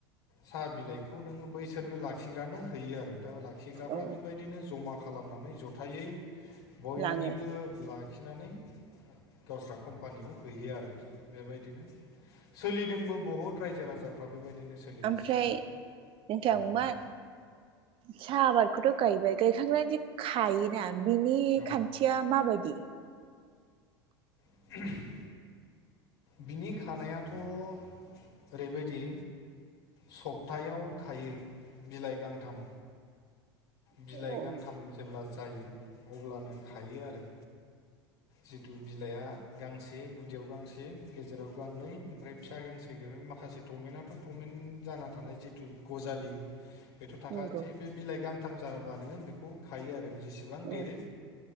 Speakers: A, on the left; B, on the right.
A: साहा बिलाइखौ नोङो बैसोरनो लाखिग्रानो होयो आरो दा लाखिग्राफ्रा
B: औ
A: बेबायदिनो जमा। खालामनानै जथायै बयनिबो
B: लाङो
A: लाखिनानै गावस्रा कम्पानियाव हैयो आरोखि बेबायदिनो सोलिदोंबो बहुत रायजो राजाफ्रा बेबायदिनो सोलिगासिनो
B: ओमफ्राय नोंथां
A: औ
B: मा साहा आबादखौथ' गायबाय गायखांनानै जे खायोना बिनि
A: औ
B: खान्थि या माबायदि
A: <unintelligible> बिनि खानायाथ' ओरैबायदि सप्थायाव खायो बिलाइ गांथाम। बिलाइ
B: अ
A: गांथाम जेब्ला जायो अब्लानो खायो आरो। जिथु बिलाइआ गांसे गुदियाव गांसे गेजेराव गांनै ओमफ्राय फिसा गांसे जक माखासे टमेन्टथ' टमेनट जाना थानाय जिथु गजालि बेथ' थाखानोसै
B: नंगौ
A: बे बिलाइ गांथाम जाबानो बेखौ खायो आरो जेसेबां
B: औ
A: देरो